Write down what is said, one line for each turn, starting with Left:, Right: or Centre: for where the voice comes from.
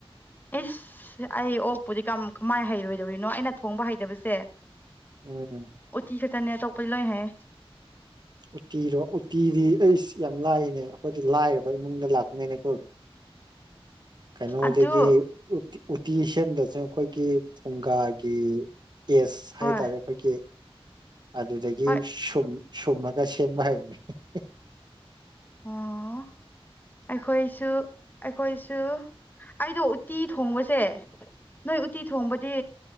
Left: ꯏꯁ ꯑꯩ ꯑꯣꯛꯄꯨꯗꯤ ꯀꯝ ꯀꯃꯥꯏ ꯍꯩꯔꯣꯏꯗꯧꯔꯤꯅꯣ ꯑꯩꯅ ꯊꯣꯡꯕ ꯍꯩꯇꯕꯁꯦ
Right: ꯎꯝ
Left: ꯎꯠꯇꯤ ꯈꯛꯇꯅꯦ ꯑꯇꯣꯞꯄꯗꯤ ꯂꯣꯏ ꯍꯩꯌꯦ
Right: ꯎꯇꯤꯔꯣ ꯎꯇꯤꯗꯤ ꯑꯩꯁ ꯌꯥꯝ ꯂꯥꯏꯅꯦ ꯑꯩꯈꯣꯏꯗꯤ ꯂꯥꯏꯔꯕ ꯏꯃꯨꯡꯗ ꯂꯥꯛꯄꯅꯤꯅꯀꯣ <inaudible> ꯀꯩꯅꯣꯗꯒꯤ
Left: ꯑꯗꯨ
Right: ꯎꯇꯤ ꯎꯇꯤ ꯁꯦꯝꯗꯨꯏꯖꯦ ꯑꯩꯈꯣꯏꯒꯤ ꯐꯨꯡꯒꯥꯒꯤ ꯑꯦꯁ ꯍꯥꯏꯇꯥꯔꯦ
Left: ꯍꯣꯏ
Right: ꯑꯩꯈꯣꯏꯒꯤ ꯑꯗꯨꯗꯒꯤ
Left: ꯍꯣꯏ
Right: ꯁꯨꯝ ꯁꯨꯝꯃꯛ ꯁꯦꯝꯕ ꯍꯥꯏꯕꯅꯦ <unintelligible>
Left: ꯑꯣ ꯑꯩꯈꯣꯏꯁꯨ ꯑꯩꯈꯣꯏꯁꯨ ꯑꯩꯗꯣ ꯎꯠꯇꯤ ꯊꯣꯡꯕꯁꯦ ꯅꯣꯏ ꯎꯇꯤ ꯊꯣꯡꯕꯗꯤ